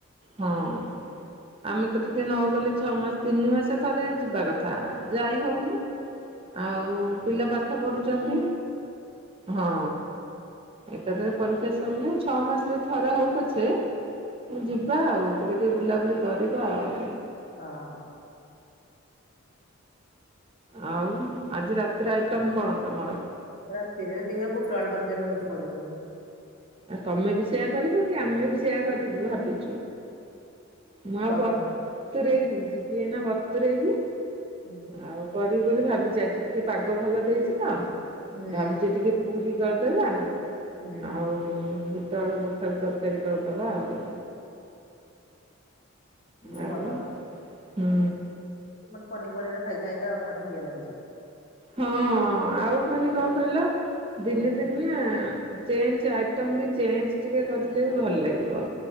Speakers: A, on the right; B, on the left.
A: ହଁ। ଆମେ ତ ଟିକେ ନ ଗଲେ ଛଅ ମାସ ତିନି ମାସ ଥରେ ଯିବା କଥା। ଯାଇ ହଉନି ଆଉ ପିଲା ପାଠ ପଢୁଛନ୍ତି। ହଁ ଏକାଥରେ ପରୀକ୍ଷା ସରିଲେ ଛଅ ମାସରେ ଥରେ ହଉ ପଛେ। ଯିବା ଆଉ ଟିକେ ଟିକେ ବୁଲାବୁଲି କରିବା ଆଉ।
B: ହଁ।
A: ଆଉ ଆଜି ରାତିରେ ଆଇଟମ କଣ ତମର?
B: ରାତିରେ ଦେଖ ବୁଟ ଆଳୁ ଦରକାରୀ ଭାବୁଛି କରିବୁ ବୋଲି।
A: ଆଉ ତମେ ବି ସେଇୟଆ କରିବ କି ଆମେ ବି ସେୟ କରିବୁ ଭାବି ମୁଁ ଆଉ
B: କର
A: ବତରେଇନି
B: ହୁଁ
A: ଯିବି ଏନା ବତରେଇବି
B: ହୁଁ
A: ଆଉ। କରିବି ବୋଲି ଭାବିଛି ଆଜି ଟିକେ ପାଗ ଭଲ ଦେଇଛି ତ
B: ହୁଁ
A: ଭାବୁଛି ଟିକେ ପୁରୀ କରିଦେବା
B: ହୁଁ
A: ଆଉ ବୁଟଆଳୁ କଖାରୁ ତରକାରୀ କରିଦେବା ଆଉ।
B: ହୁଁ
A: ଆଉ
B: ଭଲ ହବ
A: ହୁଁ
B: ସବୁ ପନିପରିବା ଖାଇ ଖାଇକ ଆଉ ଭାରି ଇଏ ଲାଗୁଛି।
A: ହଁ ଆଉ ମାନେ କଣ କହିଲ ଦିନେ
B: ହଁ
A: ଦିନ ନା ଚେଞ୍ଜ ଆଇଟମ୍ ବି ଚେଞ୍ଜ ଟିକେ କରିଲେ ବି ଭଲ ଲାଗିବ।